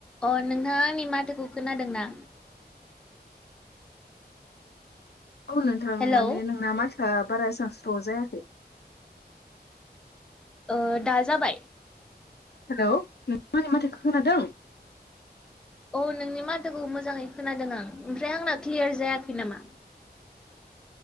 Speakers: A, in the centre; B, on the left (about 70°).
A: अ नोंथाङा आंनि माथोखौ खोनादोंना
B: औ नोंथां
A: हेलौ
B: माने नोंना माथोआ बारा एसां स्र' जायाखै
A: ओ दा जाबाय
B: हेलौ नोंथां आंनि माथोखो खोनादों
A: औ नोंनि माथोखौ मोजाङै खोनादों आं ओमफ्राय आंना क्लियार जायाखै नामा?